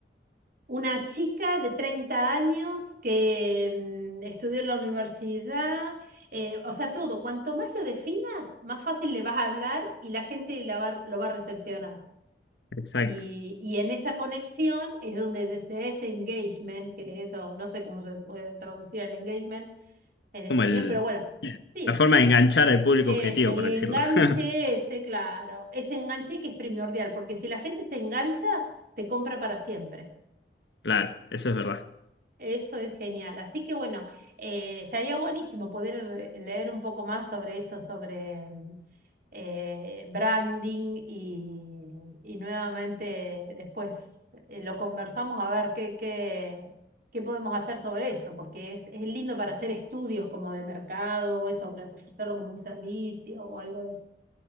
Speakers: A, on the right; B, on the left.
A: una chica de 30 años que mm, estudió en la universidad, eh, o sea, todo, cuanto más lo definas, más fácil le vas a hablar y la gente la va- lo va a recepcionar.
B: exacto,
A: Y, y en esa conexión es donde se da ese engagement, que es eso, no sé cómo se puede traducir el engagement en español,
B: como el,
A: pero bueno, sí,
B: la forma de enganchar al público
A: es
B: objetivo,
A: el
B: por
A: enganche
B: decirlo. <laughs>
A: ese, claro, ese enganche que es primordial, porque si la gente se engancha, te compra para siempre.
B: Claro, eso es verdad.
A: Eso es genial. Así que bueno, eh, estaría buenísimo poder leer un poco más sobre eso, sobre mm, eh, branding y, y nuevamente después eh, lo conversamos a ver qué, qué, qué podemos hacer sobre eso, porque es, es lindo para hacer estudios como de mercado o eso, para ofrecerlo como un servicio o algo de eso.